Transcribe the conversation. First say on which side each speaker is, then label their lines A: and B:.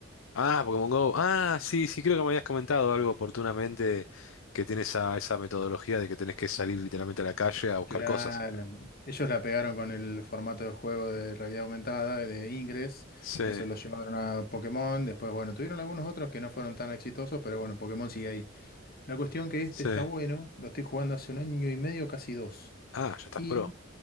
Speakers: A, on the left; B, on the left.
A: Ah, Pokémon Go. Ah, sí, sí, creo que me habías comentado algo oportunamente que tiene esa, esa metodología de que tenés que salir literalmente a la calle a buscar
B: Claro,
A: cosas.
B: ellos la pegaron con el formato de juego de realidad aumentada, de Ingress,
A: Sí,
B: eso lo llevaron a Pokémon, después, bueno, tuvieron algunos otros que no fueron tan exitosos, pero bueno, Pokémon sigue ahí. La cuestión que este
A: sí.
B: está bueno, lo estoy jugando hace un año y medio, casi dos,
A: Ah, ya estás
B: y
A: pro.